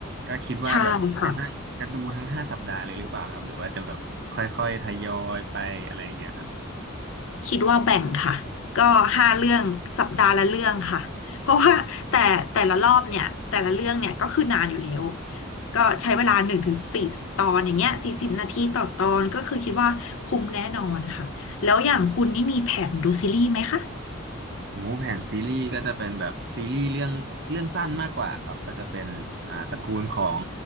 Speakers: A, on the right; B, on the left.
A: ก็คิดว่าแบบจะน่าจะดูทั้งห้าสัปดาห์เลยหรือเปล่าครับหรือว่าจะแบบค่อยๆทยอยไปอะไรอย่างเงี้ยครับ
B: ใช่ค่ะคิดว่าแบ่งค่ะก็ห้าเรื่องสัปดาห์ละเรื่องค่ะเพราะว่าแต่แต่ละรอบเนี่ยแต่ละเรื่องเนี่ยก็คือนานอยู่แล้วก็ใช้เวลาหนึ่งถึงสี่สิบตอนอย่างเงี้ยสี่สิบนาทีต่อตอนก็คือคิดว่าคุ้มแน่นอนค่ะแล้วอย่างคุณนี่มีแผนดูซีรีส์ไหมคะ
A: โอ้แผนซีรีส์ก็จะเป็นแบบซีรีส์เรื่องเรื่องสั้นมากกว่าครับ ก็จะเป็นอ่าตระกูลของ